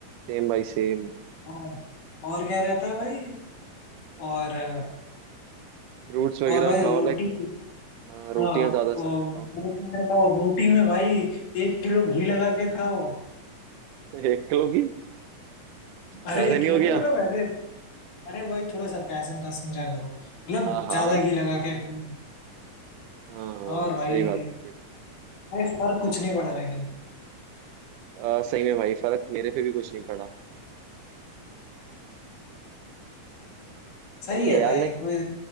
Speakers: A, on the right; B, on the left.
A: सेम भाई सेम
B: हाँ, और क्या रहता है भाई और
A: फ्रूट्स वगैरह
B: और भाई
A: खाओ
B: रोटी
A: लाइक हाँ रोटियां
B: हाँ वो
A: ज्यादा से ज्यादा खाओ
B: वो क्या करके खाओ रोटी में भाई एक किलो घी लगा के खाओ
A: <laughs> एक किलो की
B: अरे
A: ज्यादा
B: एक
A: नहीं
B: किलो
A: हो गया
B: नहीं मतलब ऐसे अरे भाई थोड़ा सरकाजम था समझा करो मतलब
A: हाँ हाँ
B: ज्यादा घी लगा के खाओ
A: हाँ
B: और भाई
A: सही बात है सही
B: भाई फर्क कुछ नहीं पड़ा लेकिन
A: आ, सही में भाई फर्क मेरे पे भी कुछ नहीं पड़ा
B: सही
A: सही है
B: है
A: यार
B: भाई
A: लाइक
B: कोई